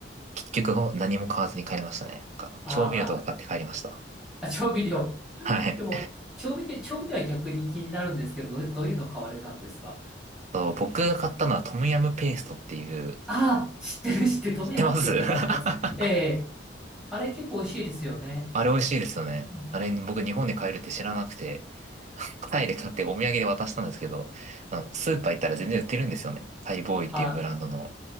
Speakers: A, on the right; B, in the centre.
A: 結局何も買わずに帰りましたね。なんか調味料とか買って帰りました。
B: ああ、あ調味料。
A: はい。
B: でも、調味料、調味料は逆に気になるんですけど、どうどういうの買われたんですか
A: と、僕が買ったのはトムヤムペーストっていう、
B: ああ、知ってる知ってる、トムヤムクンとかのやつ。
A: 知ってます <laughs>
B: ええ、あれ結構美味しいですよね。
A: あれ美味しいですよね。
B: うん
A: あれ僕日本で買えるって知らなくて、タイで買ってお土産で渡したんですけど、あのスーパー行ったら全然売ってるんですよね。タイボーイっていうブランドの。
B: あ、